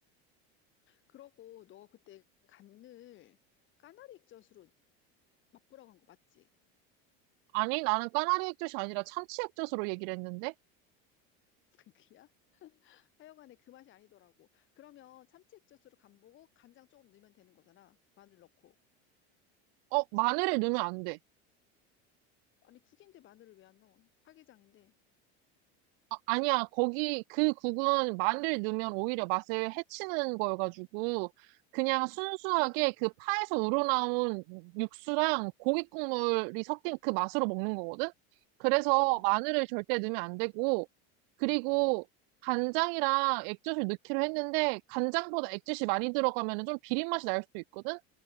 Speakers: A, on the left; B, on the right.
A: 그러고 너가 그때 간을 까나리 액젓으로 맛보라고 한 거 맞지?
B: 아니, 나는 까나리 액젓이 아니라 참치 액젓으로 얘기를 했는데?
A: <laughs> 그게야? 하여간에 그 맛이 아니더라고. 그러면 참치 액젓으로 간 보고 간장 조금 넣으면 되는 거잖아. 마늘 넣고.
B: 어, 마늘을 넣으면 안 돼.
A: 아니, 국인데 마늘을 왜 안 넣어? 활기장인데.
B: 아, 니야 거기 그 국은 마늘을 넣으면 오히려 맛을 해치는 거여가지고 그냥
A: 음.
B: 순수하게 그 파에서 우러나온 육수랑 고기 국물이 섞인 그 맛으로 먹는 거거든? 그래서
A: 아,
B: 마늘을 절대 넣으면 안 되고 그리고
A: 응,
B: 간장이랑 액젓을 넣기로 했는데 간장보다 액젓이 많이 들어가면 좀 비린 맛이 날 수도 있거든?